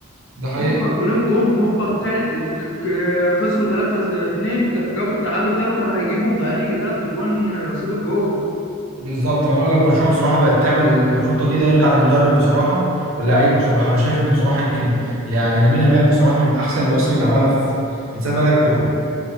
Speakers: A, on the right; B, on the left.
A: ده حقيقه
B: هوبا الجولين جم هوبا التالت ات- ك- ك- خسروا 3-2 ج- جابوا التعادل تاني وكان هيجيبوا مضيعين يجي تلات اجوان قصاد الجول
A: بالظبط ما انا اقول لك برشلونه بصراحه بقت تعمل الخطه دي ده يرجع للمدرب بصراحه واللعيبه بصراحه انا شايف ان بصراحه يمكن يعني لامين يامال بصراحه من احسن المواسم اللي عملها في من ساعه ما لعب كوره